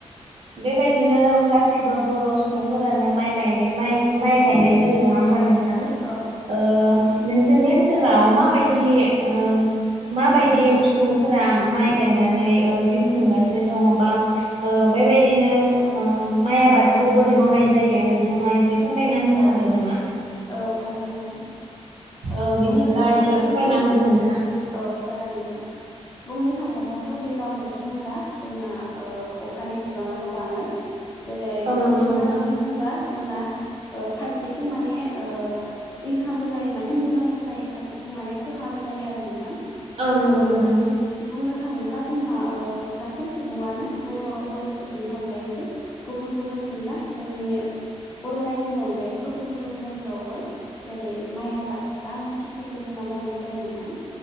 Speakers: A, on the right; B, on the left.
A: बेबायदिनो गासिबो बर सुबुं फोरानो माइ--माइ गायनाय जायो नङा होमबा नों। थां
B: औ
A: ओ
B: नंगौ नोंथां।
A: नोंसोरनि ओनसोलाव माबायदि ओ। माबायदि सुबुंफोरा माइ गायनानै ओ जिउ खुंगासिनो दङ बा। ओ बेबायदिनो ओ
B: औ
A: माइ आबादखौ बोरै मावनाय जायो नोंथाङा ए एसे फोरमायना होनो
B: औ
A: हागोन नामा।
B: औ हागोन नोंथां ओ
A: औ बिदिब्ला
B: बुंनो थाङोब्लाथ'
A: एसे फोरमायना होदो नोंथां।
B: औ जागोन नोंथां। बुंनो थाङोब्लाथ दैलां बोथोर होनब्ला जोंना ओ अखानि बिबाङाबो बाङो। जेरै
A: औ नंगौ
B: दैज्लां
A: नोंथां
B: बोथोर होनबा जोंना। फारसेथिं माने ओ इनकामबो जायो माने मुलाम्फा जायो फारसेथिं माने खहाबो। जायो आरो नोंथां
A: औ नंगौ
B: ओ
A: नोंथां
B: बुंनो थाङोब्ला जोंनाओ गासै सुबुङा नो बर' बर' सुबुंनि अनगायैबो गुबुन गुबुन जेनेबा जोंनि बर' रायजोनि अनगायैबो गुबुन गुबुन रायजोआवबो जेरै माइ आबाद बा माइ खेथिखौ जोंना माव मावनाय जायो नोंथां